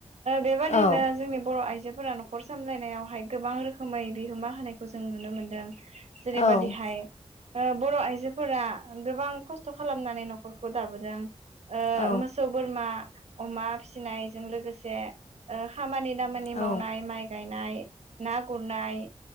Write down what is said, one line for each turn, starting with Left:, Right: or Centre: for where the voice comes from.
Right: बेबायदिनो
Left: औ
Right: जोंनि बर' आइजो फोरा न'खर सामलायनायावहाय गोबां रोखोमै बिहोमा होनायखौ जों नुनो मोन्दों। जेरैबादि
Left: औ
Right: हाय बर' आइजोफोरा गोबां खस्थ' खालामनानै न'खरखौ दाबोदों ओ
Left: औ
Right: मोसौ, बोर मा अमा फिसिनायजों लोगोसे खामानि दामानि-
Left: औ
Right: मावनाय माइ गायनाय, ना गुरनाय,